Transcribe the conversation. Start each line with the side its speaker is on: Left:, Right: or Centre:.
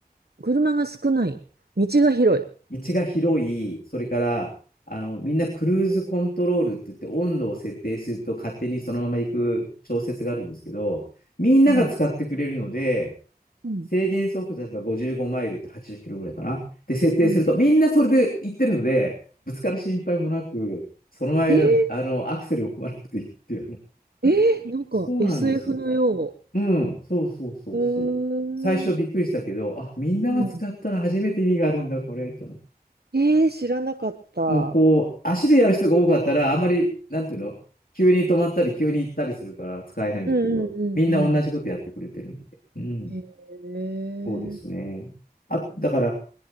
Right: 車が少ない。道が広い。
Left: 道が広い、それから、あの、みんなクルーズコントロールって言って温度を設定すると勝手にそのまま行く調節があるんですけど、みんなが使ってくれるので、
Right: うん。う
Left: 制限速度例えば55マイルって80キロぐらいかな。で、設定するとみんなそれで行ってるので、
Right: ん。
Left: ぶつかる心配もなく、その間、
Right: え
Left: あの、アクセルを踏まなくていいっていうね。
Right: ー、えー、なんか
Left: そうなんです。
Right: SF のよ
Left: うん、そうそうそうそう。
Right: ううーん。
Left: 最初びっくりしたけど、
Right: う。
Left: あ、みんなが使ったら初めて意味があるんだ、
Right: うん。
Left: これ、と思って。
Right: えー、知らなかった。
Left: うん、こう、足でやる人が多かったら、あまり、なんていうの急に止まったり、急に行ったりするから使えないんだけど、
Right: うんうんうんうん。
Left: みんな同じことやってくれてるので。うん、
Right: へえ。
Left: そうですね。あ、だから、